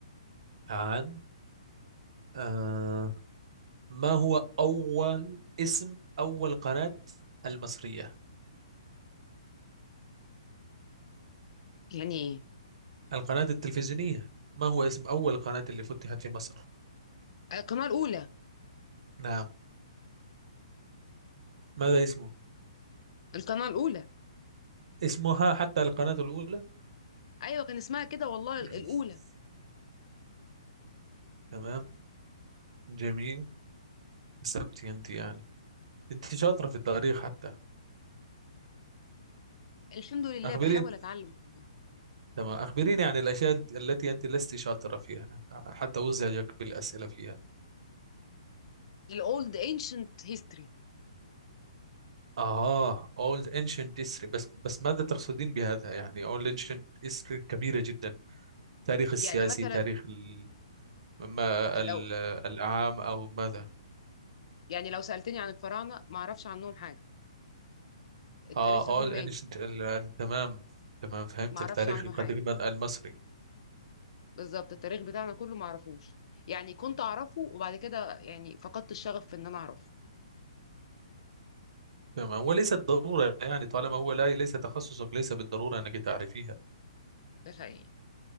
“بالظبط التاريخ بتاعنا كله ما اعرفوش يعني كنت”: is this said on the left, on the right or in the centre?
Left